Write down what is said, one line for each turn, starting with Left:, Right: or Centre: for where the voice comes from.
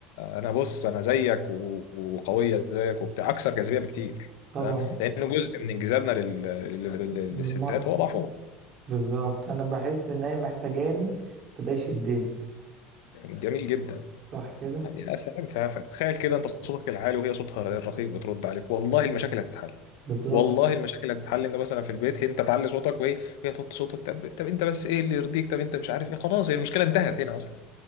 Left: انا بص انا زيك و- وقوية زيك وبتاع اكثر جاذبية بكتير
Right: طبعا
Left: تمام لانه جزء من انجذابنا لل... لل... لل-
Right: للمرأة
Left: للستات هو ضعفهم
Right: بالظبط أنا بحس إن هي محتاجاني فده يشدني
Left: جميل جدا
Right: صح كده
Left: يعني يا سلام ف- فتخيل كده انت صوتك العالي وهي صوتها الرقيق بترد عليك والله المشاكل هتتحل
Right: بالظبط
Left: والله المشاكل هتتحل انت مثلا في البيت هي انت تعلي صوتك وهي وهي توطي صوتك طب طب انت بس ايه اللي يرضيك طب انت مش عارف ايه خلاص هي المشكله انتهت هنا اصلا